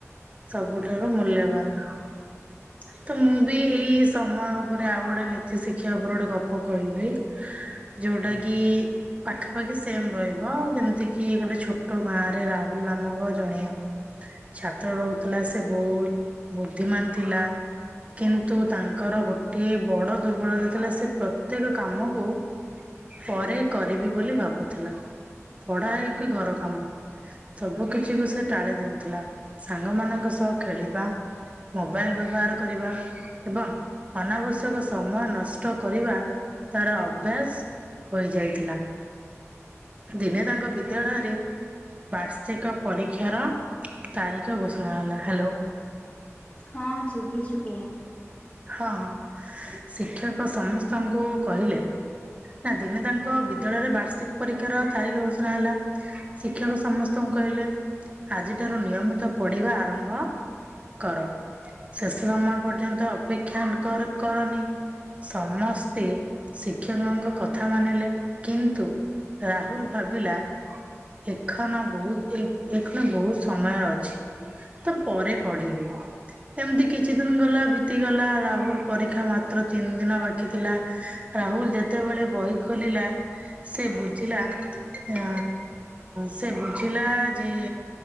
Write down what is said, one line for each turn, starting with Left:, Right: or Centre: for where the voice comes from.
Right: ସବୁଠାରୁ ମୂଲ୍ୟବାନ।
Left: <inaudible>
Right: ତ ମୁଁ ବି ଏଇ ସମୟ ଉପରେ ଆଉ ଗୋଟେ ନୀତି ଶିଖିବା ଉପରେ ଗୋଟେ ଗପ କହିବି। ଯୋଉଟା କି ପାଖାପାଖି ସେମ ରହିବ ଯେମିତି ତିକୀ ଗୋଟେ ଛୋଟ ଗାଁ ରେ ରାହୁଲ ନାମକ ଜଣେ ଛାତ୍ର ରହୁଥିଲା ସେ ବହୁତ ବୁଦ୍ଧିମାନ ଥିଲା। କିନ୍ତୁ ତାଙ୍କର ଗୋଟିଏ ବଡ ଦୁର୍ବଳତା ଥିଲା ସେ ପ୍ରତ୍ୟେକ କାମକୁ ପରେ କରିବି ବୋଲି ଭାବୁଥିଲା। ପଢା ହେଉ କି ଘର କାମ। ସବୁ କିଛି କୁ ସେ ଟାଳି ଦଉଥିଲା ସାଙ୍ଗମାନାଙ୍କ ସହ ଖେଳିବା ମୋବାଇଲ୍ ବ୍ୟବହାର କରିବା, ଏବଂ ଅନାବଶ୍ୟକ ସମୟ ନଷ୍ଟ କରିବା ତାର ଅଭ୍ୟାସ ହୋଇଯାଇଥିଲା। ଦିନେ ତାଙ୍କ ବିଦ୍ୟାଳୟରେ ବାର୍ଷିକ ପରୀକ୍ଷାର ତାରିଖ ଘୋଷଣା ହେଲା। ହ୍ୟାଲୋ।
Left: ହଁ ସୁବୁଛି କୁହ?
Right: ହଁ ହଁ ଶିକ୍ଷକ ସମସ୍ତଙ୍କୁ କହିଲେ? ନା ଦିନେ ତାଙ୍କ ବିଦ୍ୟାଳୟରେ ବାର୍ଷିକ ପରୀକ୍ଷାର ତାରିଖ ଘୋଷଣା ହେଲା। ଶିକ୍ଷକ ସମସ୍ତଙ୍କୁ କହିଲେ ଆଜିଠାରୁ ନିୟମିତ ପଢିବା ଆରମ୍ଭ କର ଶେଷ ସମୟ ପର୍ଯ୍ୟନ୍ତ ଅପେକ୍ଷା କର କର କରନି। ସମସ୍ତେ ଶିକ୍ଷକଙ୍କ କଥା ମାନିଲେ। କିନ୍ତୁ ରାହୁଲ୍ ଭାବିଲା ଏଖନ ବହୁତ ଏ ଏଖଣ ବହୁତ ସମୟ ଅଛି। ତ ପରେ ପଢିବି ଏମିତି କିଛି ଦିନ ଗଲା। ବିତି ଗଲା ରାହୁଲ୍ ପରୀକ୍ଷା ମାତ୍ର ତିନି ଦିନ ବାକି ଥିଲା ରାହୁଲ୍ ଯେ ଯେତେବେଳେ ବହି ଖୋଲିଲା। ସେ ବୁଝିଲା ଆ ସେ ବୁଝିଲା ଯେ